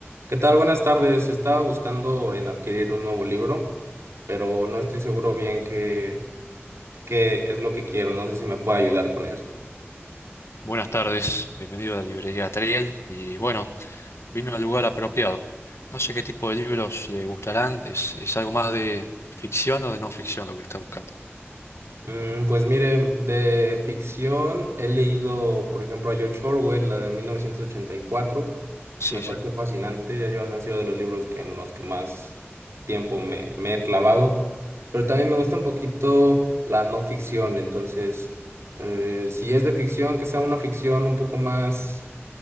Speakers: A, on the right; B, on the left.
A: ¿Qué tal? Buenas tardes. Estaba buscando en adquirir un nuevo libro, pero no estoy seguro bien qué, qué es lo que quiero. No sé si me puede ayudar con eso.
B: Buenas tardes, bienvenido a la librería Triel y bueno, vino al lugar apropiado. No sé qué tipo de libros le gustarán, es, es algo más de ficción o de no ficción lo que está buscando.
A: Mm, pues mire, de ficción he leído, por ejemplo, a George Orwell, la de mil novecientos ochenta y cuatro,
B: Sí,
A: Me pareció
B: sí.
A: fascinante. Ya llevas- han sido de los libros que en los que más tiempo me, me he clavado. Pero también me gusta un poquito la no ficción. Entonces, eh, si es de ficción, que sea una ficción un poco más